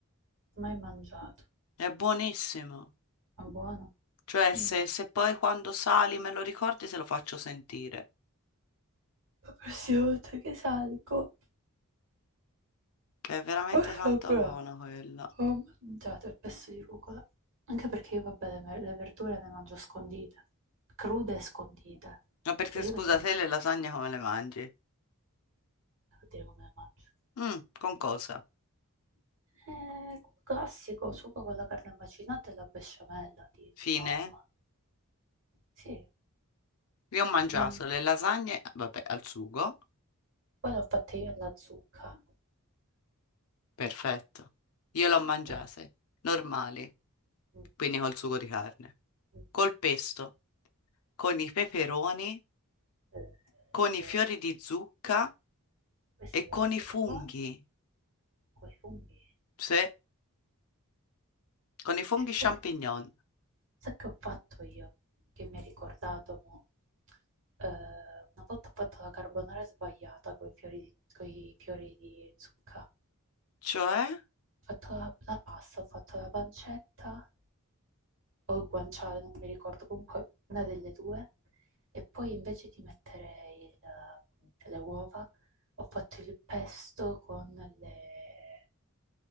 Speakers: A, on the right; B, on the left.
A: mai mangiato.
B: è buonissimo.
A: Ma buono.
B: Cioè, se,
A: Mm.
B: se poi quando sali me lo ricordi, te lo faccio sentire,
A: La prossima volta che salgo,
B: che è veramente
A: ho
B: tanto
A: ancora
B: buono quella.
A: ho mangiato il pesto di rucola. Anche perché io, vabbè, le, ver- le verdure le mangio scondite. Crude e scondite.
B: Ma perché
A: Cioè, io
B: scusa,
A: vedete,
B: te le lasagne come le mangi?
A: devo dire come le mangio.
B: Mm, con cosa?
A: Eh, classico, sugo con la carne macinata e la besciamella di,
B: Fine?
A: di norma. Sì,
B: Io ho mangiato
A: non,
B: le lasagne, vabbè, al sugo,
A: Poi l'ho fatta io alla zucca.
B: perfetto. Io le ho mangiate,
A: Eh,
B: normali.
A: mm,
B: quindi col sugo di carne,
A: mm,
B: col pesto, con i peperoni,
A: eh,
B: con i
A: vero.
B: fiori di zucca
A: Questo
B: e con
A: deve essere
B: i funghi,
A: buono con i funghi.
B: sì, con i funghi
A: Sai,
B: champignon.
A: sai che ho fatto io? Che mi ha ricordato mo? Eh, una volta ho fatto la carbonara sbagliata con i fiori di, coi fiori di zucca. Ho
B: Cioè,
A: fatto la, la pasta, ho fatto la pancetta, o il guanciale, non mi ricordo, comunque una delle due. E poi invece di mettere il- ehm, le uova, ho fatto il pesto con le,